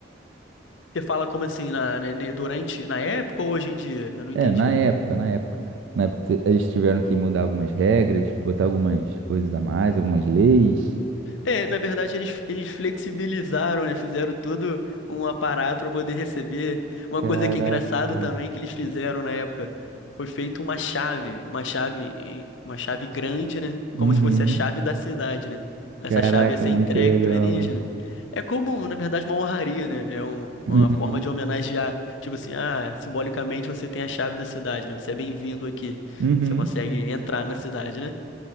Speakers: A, on the left; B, on the right.
A: Você fala como assim, na, ne- ne- durante, na época ou hoje em dia? Eu não entendi.
B: É, na época, na época. Na época te- eles tiveram que mudar algumas regras, botar algumas coisas a mais, algumas leis.
A: É, na verdade, eles, eles flexibilizaram, né? Fizeram todo um aparato para poder receber. Uma
B: Caraca.
A: coisa que é engraçado também que eles fizeram na época foi feito uma chave, uma chave, em- uma chave grande, né? Como
B: Uhum.
A: se fosse a chave da cidade, né? Essa
B: Caraca,
A: chave ia ser
B: muito
A: entregue
B: legal,
A: pro alienígena.
B: mano.
A: É como, na verdade, uma honraria, né? É um-
B: Uhum.
A: uma forma de homenagear. Tipo assim, ah, simbolicamente você tem a chave da cidade, né? Você é bem-vindo aqui.
B: Uhum.
A: Você consegue entrar na cidade, né?